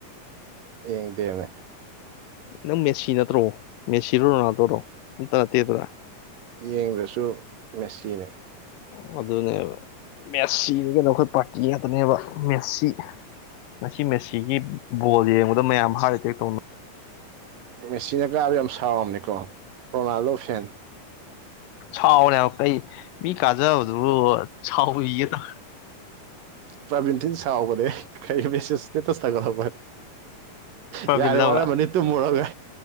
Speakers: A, on the right (about 80°); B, on the left (about 85°).
A: ꯌꯦꯡ ꯗꯦꯝꯃꯦ
B: ꯅꯪ ꯃꯦꯁꯤ ꯅꯠꯇ꯭ꯔꯣ ꯃꯦꯁꯤꯔꯣ ꯔꯣꯅꯥꯜꯗꯣꯔꯣ ꯑꯝꯇ ꯅꯠꯇꯦꯗꯅ
A: ꯌꯦꯡꯕꯁꯨ ꯃꯦꯁꯤ ꯅꯦ <unintelligible>
B: ꯑꯣ ꯑꯗꯨꯅꯦꯕ ꯃꯦꯠꯁꯤꯗꯤ ꯀꯩꯅꯣ ꯑꯩꯈꯣꯏ ꯄꯥꯔꯇꯤ ꯉꯥꯛꯇꯅꯦꯕ ꯃꯦꯠꯁꯤ ꯉꯁꯤ ꯃꯦꯁꯤꯒꯤ ꯕꯣꯜ ꯌꯦꯡꯕꯗ ꯃꯌꯥꯝ ꯍꯥꯔꯠ ꯑꯦꯇꯦꯛ ꯇꯧꯅ
A: ꯃꯦꯆꯤꯟꯅ ꯀꯥꯕ ꯌꯥꯝ ꯁꯥꯎꯔꯝꯅꯤꯀꯣ ꯔꯣꯅꯥꯜꯗꯣ ꯐꯦꯟ
B: ꯁꯥꯎꯔꯦꯕ ꯀꯩ ꯃꯤ ꯀꯥꯖꯕꯗꯨ ꯁꯥꯎꯕꯤꯒꯦ ꯇ
A: ꯄ꯭ꯔꯥꯕꯤꯟꯇꯤꯟ ꯁꯥꯎꯒ <unintelligible> ꯀꯩꯒ ꯃꯦꯁꯦ ꯏꯁꯇꯦꯇꯁ ꯊꯥꯒꯠꯂꯛꯄꯅꯤ
B: ꯄ꯭ꯔꯕꯤꯜꯂꯕ
A: ꯌꯥꯔꯦ ꯋꯥꯔꯃꯅꯤ ꯇꯨꯝꯃꯨꯔꯒ